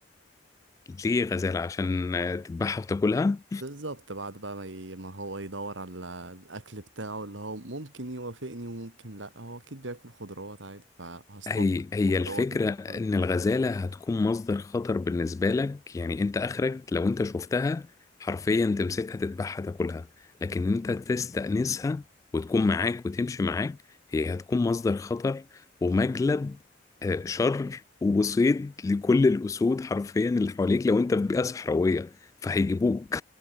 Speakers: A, on the left (about 15°); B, on the right (about 85°).
A: ليه غزالة عشان تذبحها وتاكلها
B: بالظبط بعد بقى ما ي- ما هو يدور على الأكل بتاعه اللي هو ممكن يوافقني وممكن لأ هو أكيد بياكل خضروات عادي فهصطاد
A: هي هي
B: الخضروات
A: الفكرة
B: اللي بياكلها
A: إن الغزالة هتكون مصدر خطر بالنسبة لك يعني أنت آخرك لو أنت شفتها حرفيا تمسكها تذبحها تاكلها لكن أنت تستأنسها وتكون معاك وتمشي معاك هي هتكون مصدر خطر ومجلب آه، شر وصيد لكل الأسود حرفيا اللي حواليك لو أنت في بيئة صحراوية فهيجيبوك